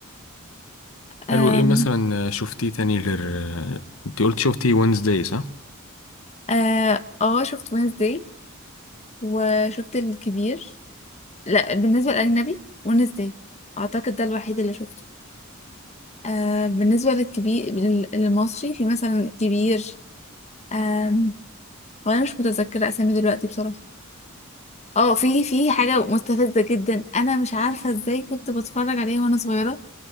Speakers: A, on the left; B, on the left.
A: أم...
B: حلو ايه مثلا شفتيه تاني غير انت قلت شفتي وينزداي صح؟
A: اه آه، شفت وينزداي وشفت الكبير لا بالنسبة للأجنبي وينزداي اعتقد ده الوحيد اللي شفته آه بالنسبة للكبير لل- للمصري في مثلا الكبير آم، وانا مش متذكرة اسامي دلوقتي بصراحة اه في في حاجة مستفزة جدا انا مش عارفة ازاي كنت بتفرج عليها وانا صغيرة